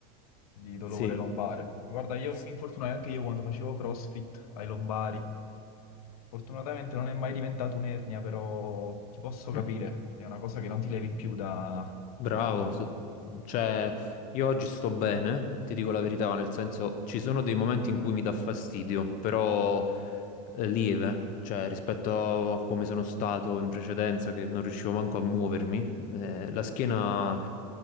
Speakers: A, on the left; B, on the left.
A: di dolore
B: Sì.
A: lombare. Guarda, io
B: Sì.
A: mi infortunai anche io quando facevo CrossFit ai lombari. Fortunatamente non è mai diventato un'ernia, però ti posso capire,
B: Mhm.
A: è una cosa che non ti levi più da-
B: Bravo,
A: dal corpo.
B: so- cioè io oggi sto bene, ti dico la verità, nel senso ci sono dei momenti in cui mi dà fastidio, però eh, lieve, cioè rispetto a come sono stato in precedenza che non riuscivo manco a muovermi, eh, la schiena